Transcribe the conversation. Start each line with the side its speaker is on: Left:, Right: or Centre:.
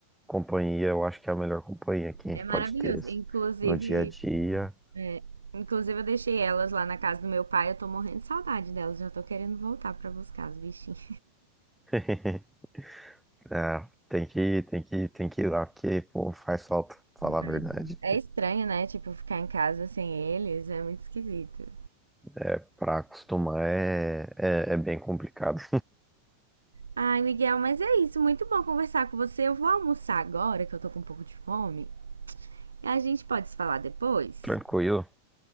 Centre: companhia, eu acho que é a melhor companhia que a
Right: É
Centre: gente
Right: maravilhoso.
Centre: pode ter
Right: Inclusive,
Centre: no dia a dia.
Right: é, inclusive eu deixei elas lá na casa do meu pai. Eu tô morrendo de saudade delas. Já tô querendo voltar pra buscar os bichinhos.
Centre: <laughs> É, tem que, tem que, tem que ir lá, porque, pô, faz falta, falar
Right: Mas
Centre: a verdade.
Right: É
Centre: Tipo,
Right: estranho, né? Tipo, ficar em casa sem eles. É muito esquisito.
Centre: é, pra acostumar é, é, é bem complicado.
Right: Ai, Miguel, mas é isso. Muito bom conversar com você. Eu vou almoçar agora, que eu tô com um pouco de fome. A gente pode se falar depois?
Centre: Tranquilo.